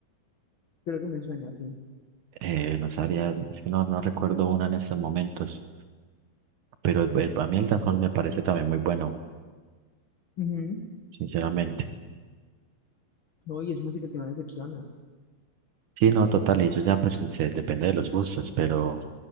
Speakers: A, on the left; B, on the right.
A: Creo que me suena así.
B: Eh, no sabría, es que no, no recuerdo una en estos momentos, pero el- el- a mí el dancehall me parece también muy bueno,
A: Ujú,
B: sinceramente.
A: No, y es música que no decepciona.
B: Sí, no, total, y eso ya pues se- depende de los gustos, pero